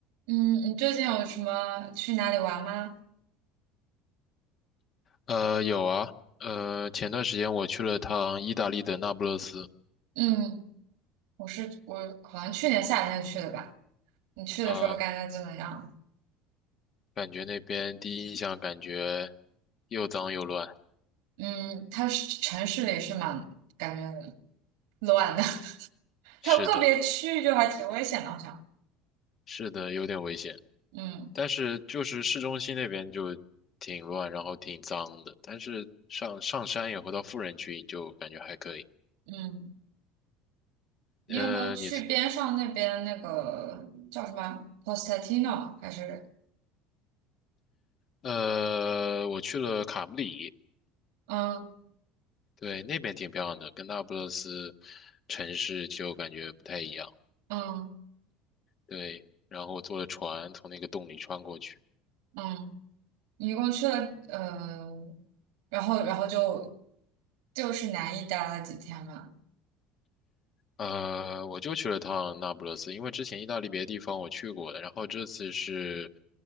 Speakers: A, on the right; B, on the left.
A: 嗯，你最近有什么去哪里玩吗？
B: 呃，有啊，呃，前段时间我去了趟意大利的那不勒斯，
A: 嗯，我是我好像去年夏天去的吧。你去的时候感觉怎么样？
B: 啊、感觉那边第一印象感觉又脏又乱，
A: 嗯，它是城市里是蛮感觉乱的，<laughs>
B: 是的，
A: 它有个别区域就还挺危险的，好像。
B: 是的，有点危险，
A: 嗯
B: 但是就是市中心那边就挺乱，然后挺脏的，但是上上山以后到富人区就感觉还可以。
A: 嗯，你有没有去边上那边那个叫什么
B: 呃，你
A: p o s t a t i n o 还是
B: 呃，我去了卡布里，
A: 嗯
B: 对，那边挺漂亮的，跟那不勒斯城市就感觉不太一样。
A: 嗯
B: 对，然后坐了船从那个洞里穿过去。
A: 嗯，你一共去了呃，然后然后就就是南意待了几天嘛？
B: 呃，我就去了趟那不勒斯，因为之前意大利别的地方我去过的，然后这次是